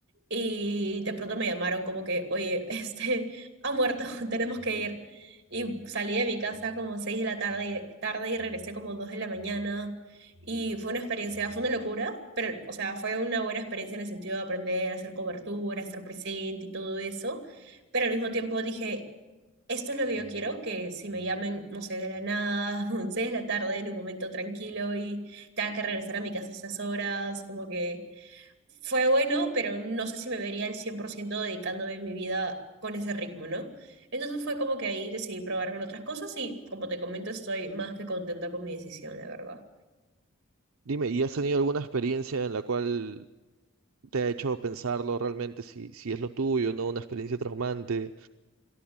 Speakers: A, on the right; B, on the right.
A: y de pronto me llamaron como que, oye, <laughs> este, ha muerto, <laughs> tenemos que ir. Y salí de mi casa como 6 de la tarde, tarde y regresé como 2 de la mañana. Y fue una experiencia, fue una locura, pero, o sea, fue una buena experiencia en el sentido de aprender a hacer cobertura, estar presente y todo eso. Pero al mismo tiempo dije, esto es lo que yo quiero, que si me llamen, no sé, de la nada, <laughs> 11 de la tarde, en un momento tranquilo y tenga que regresar a mi casa a estas horas, como que fue bueno, pero no sé si me vería al 100% dedicándome mi vida con ese ritmo, ¿no? Entonces fue como que ahí decidí probar con otras cosas y como te comento, estoy más que contenta con mi decisión, la verdad.
B: Dime, ¿y has tenido alguna experiencia en la cual te ha hecho pensarlo realmente si, si es lo tuyo, ¿no? Una experiencia traumante.